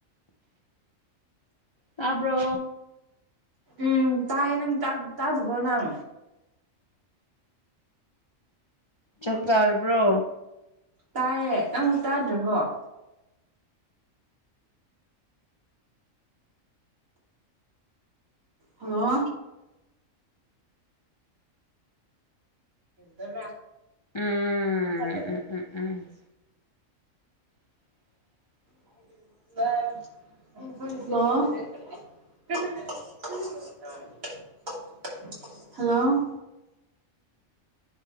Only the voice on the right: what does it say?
ꯎꯝ ꯇꯥꯏ ꯅꯪ ꯇ ꯇꯗꯨꯕꯣ ꯅꯪ
ꯇꯥꯏꯌꯦ ꯅꯪ ꯇꯥꯗ꯭ꯔꯕꯣ ꯍꯜꯂꯣ ꯝ
ꯈꯔꯦ
<unintelligible>
<inaudible>
<unintelligible> <inaudible> ꯍꯜꯂꯣ